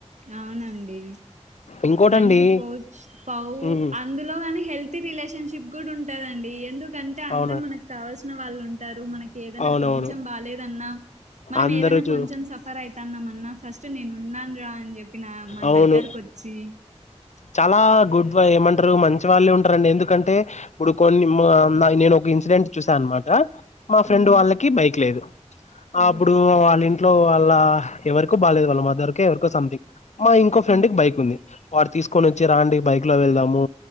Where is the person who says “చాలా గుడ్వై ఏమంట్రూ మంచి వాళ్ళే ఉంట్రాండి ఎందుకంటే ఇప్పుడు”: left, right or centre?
Left